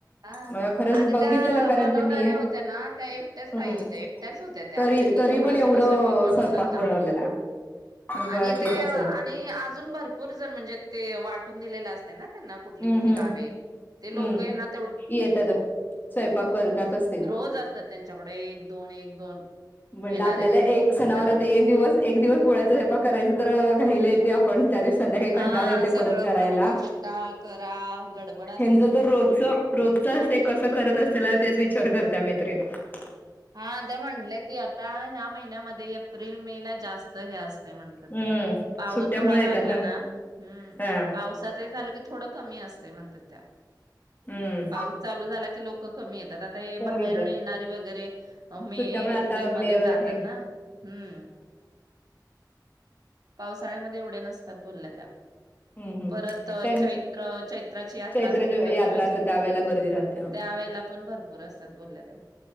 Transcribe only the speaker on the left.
म खरंच
बघितलेलं
कारण
ते मी
हम्म
तरी
तरी
पण एवढं
स्वयंपाक
बनवलेला बाकी
कसं
हम्म
हम्म
हम्म
येतात स्वयंपाक करतातच ते
म्हटलं
आपल्याला एक सणावरात
एक दिवस एक दिवस पोळ्याचा स्वयंपाक करायच तर राहीले ते आपण त्या संध्याकाळी कंटाळा
येते
परत करायला
तुमचं तर तरोजच रोजचं असं कसं करत अशीला तेच विचार करतय आम्ही. <unintelligible>
हम्म,
सुट्ट्यामुळे
येतात
हां,
हम्म,
कमी
येतं.
सुट्ट्यामुळे आता
मे
हे
हम्म हम्म
त्याचं
चैत्र
ची
यात्रा असते त्यावेेळेला गर्दी राहत्या.